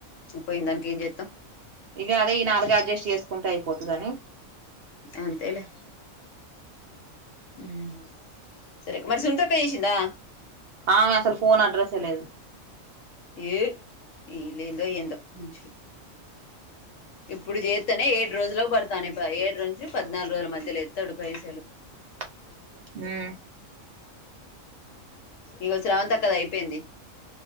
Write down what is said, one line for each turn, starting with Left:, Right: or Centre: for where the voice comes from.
Left: పోయిన దానికి ఏం చేతాం
Right: ఇగ అదే ఈ నాలుగు అడ్జస్ట్ చేసుకుంటే అయిపోతదని
Left: అంతేలే ఉమ్
Right: అ
Left: సరే మరి సునీతక్క చేసిందా.
Right: ఆమె అసలు ఫోన్ అడ్రెసె లేదు.
Left: ఏ ఈలేందో ఏందో మనుషులు ఇప్పుడు చేతానే ఏడు రోజులకు పడతాని ఏడు రోజు పద్నాలుగు రోజుల మధ్యలో ఏతాడు పైసలు.
Right: <inaudible> ఉమ్
Left: ఇగో స్రవంత అక్కది అయిపోయింది.